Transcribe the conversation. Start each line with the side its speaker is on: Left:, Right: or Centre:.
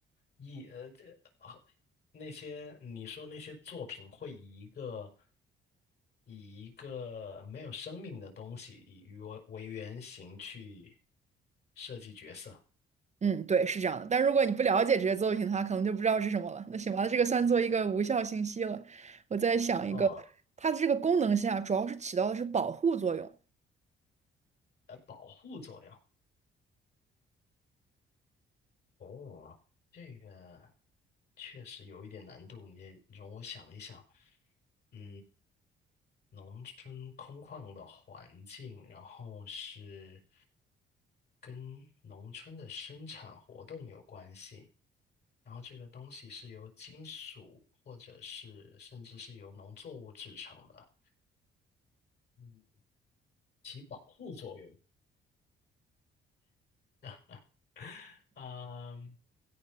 Left: 以呃这啊那些你说那些作品会以一个以一个没有生命的东西以鱼为为原型去设计角色
Right: 嗯，对，是这样的。但如果你不了解这些作品的话，可能就不知道是什么了。那行吧，这个算作一个无效信息了。我再想一个，
Left: 哦，
Right: 它的这个功能性啊，主要是起到的是保护作用。
Left: 呃，保护作用哦，这个确实有一点难度，你也容我想一想，嗯，农村空旷的环境，然后是跟农村的生产活动有关系。然后这个东西是由金属或者是甚至是由农作物制成的，嗯保护作用。<laughs> 嗯，